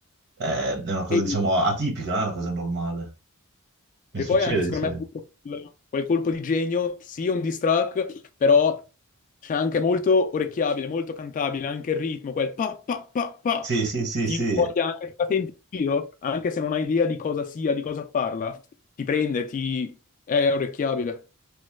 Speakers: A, on the right; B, on the left.
A: Eh,
B: <laughs>
A: è una cosa
B: E
A: diciamo atipica, non è una cosa normale. Non
B: E
A: succede
B: poi anche secondo
A: di solito.
B: me ha avuto quel quel colpo di genio, sì, un diss track, però c'è anche molto orecchiabile, molto cantabile, anche il ritmo, quel pa pa pa pa,
A: Sì, sì, sì,
B: ti
A: sì.
B: voglia anche se la senti in giro, anche se non hai idea di cosa sia, di cosa parla, ti prende, ti... è orecchiabile,